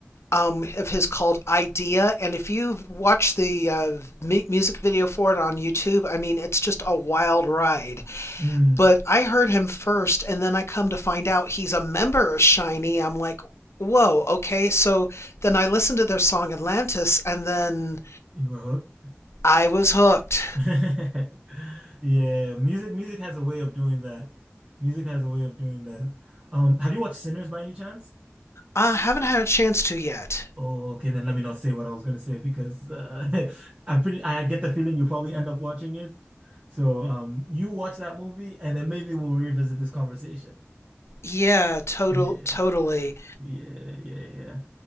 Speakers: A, on the left; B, on the right.
A: um, of his called "Idea," and if you watch the uh, mu- music video for it on YouTube, I mean, it's just a wild ride
B: Mm.
A: but I heard him first, and then I come to find out he's a member of Shiny. I'm like, whoa, okay. So then I listened to their song Atlantis, and then
B: You were hooked.
A: I was hooked.
B: <laughs> Yeah, music music has a way of doing that. Music has a way of doing that. Um, have you watched Sinners by any chance?
A: I haven't had a chance to yet.
B: Oh, okay, then let me not say what I was gonna say because uh, <laughs> I'm pretty. I get the feeling you'll probably end up watching it. So, um, you watch that movie, and then maybe we'll revisit this conversation.
A: Yeah, total,
B: Yeah,
A: totally.
B: yeah, yeah, yeah.